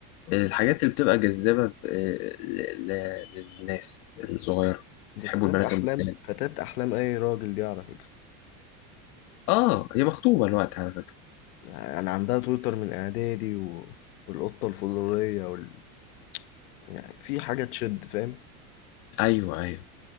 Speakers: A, on the left; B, on the left.
A: الحاجات اللي بتبقى جذابه ب- ل... ل... للناس الصغيره
B: دي
A: بيحبوا
B: فتاة
A: البنات
B: أحلام
A: المجتهده
B: فتاة أحلام أي راجل دي على فكرة
A: اه هي مخطوبه الوقت على فكره
B: يعني عندها تويتر من إعدادي و... والقطة الفضولية وال... يعني في حاجة تشد فاهم
A: ايوه ايوه